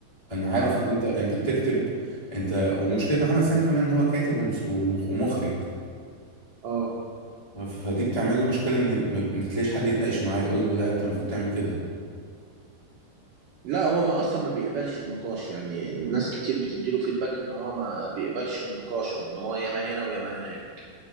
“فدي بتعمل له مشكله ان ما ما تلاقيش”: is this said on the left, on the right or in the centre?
Left